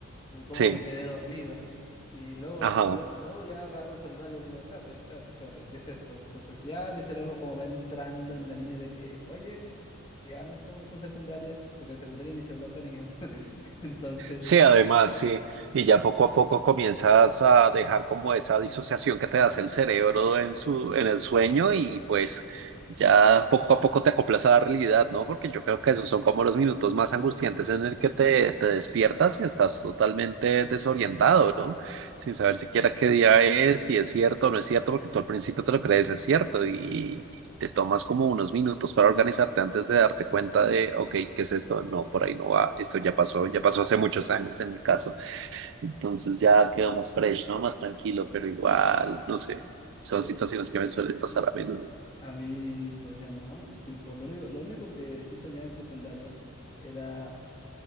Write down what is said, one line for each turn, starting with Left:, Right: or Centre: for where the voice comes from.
Left: Pero ¿Cómo
Right: Sí,
Left: me quedé dormido? Y luego,
Right: ajá.
Left: luego, luego ya agarro el celular y yo digo, espérate, espérate, espérate, ¿qué es esto? Entonces ya mi cerebro como va entrando en la línea de que, oye, ya no estamos en secundaria, porque en secundaria ni se hablar tenías. <laughs> Entonces,
Right: Sí, además, sí. Y ya poco a poco comienzas a dejar como esa disociación que te hace el cerebro en su, en el sueño y pues ya poco a poco te acoplas a la realidad, ¿no? Porque yo creo que esos son como los minutos más angustiantes en el que te, te despiertas y estás totalmente desorientado, ¿no? sin saber siquiera qué día es, si es cierto o no es cierto, porque tú al principio te lo crees, es cierto, y te tomas como unos minutos para organizarte antes de darte cuenta de, ok, ¿qué es esto? No, por ahí no va, esto ya pasó, ya pasó hace muchos años en mi caso. Entonces ya quedó más fresh, ¿no? Más tranquilo, pero igual,
Left: total.
Right: no sé, son
Left: Yo,
Right: situaciones que me suelen pasar a menudo.
Left: A mí, pues ya no. Tipo, lo único, lo único que sí soñaba en secundaria era